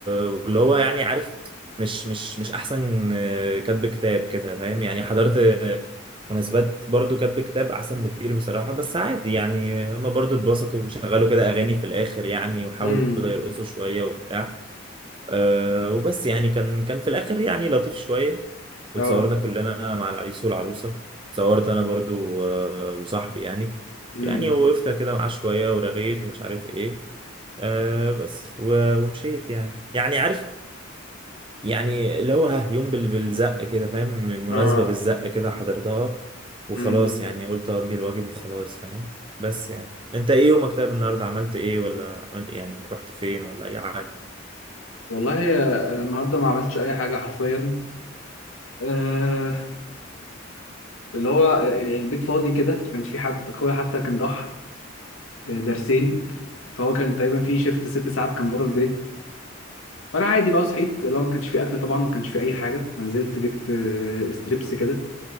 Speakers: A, on the right; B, on the left.
A: واللي هو يعني عارف مش مش مش احسن آه، كاتب كتاب كده فاهم يعني حضرت آه، مناسبات برضو كاتب كتاب احسن بكتير بصراحة بس عادي يعني آه، هما برضو اتبسطوا وشغلوا كده اغاني في الاخر يعني وحاولوا
B: امم
A: كده يرقصوا شوية وبتاع أه وبس يعني كان كان في الاخر يعني لطيف شوية وتصورنا
B: اه
A: كلنا مع العريس والعروسة اتصورت انا برضو آه، وصاحبي يعني
B: امم
A: يعني وقفت كده معاه شوية ورغيت ومش عارف ايه آه بس و- ومشيت يعني يعني عارف يعني اللي هو ها يوم بال- بالزق كده فاهم المناسبة
B: اه
A: بالزق كده حضرتها وخلاص
B: امم
A: يعني قلت أقضي الواجب وخلاص فاهم بس يعني انت ايه يومك طيب النهارده عملت ايه ولا عملت- يعني رحت فين ولا اي حاجة
B: والله آه، النهارده ما عملتش اي حاجة حرفيا آه، اللي هو آه، البيت فاضي كده ما كانش في حد اخويا حتى كان راح آه، درسين فهو كان تقريبا في شيفت ست ساعات كان بره البيت فانا عادي بقى صحيت اللي هو ما كانش في اكل طبعا ما كانش في اي حاجه فنزلت جبت آه، ستريبس كده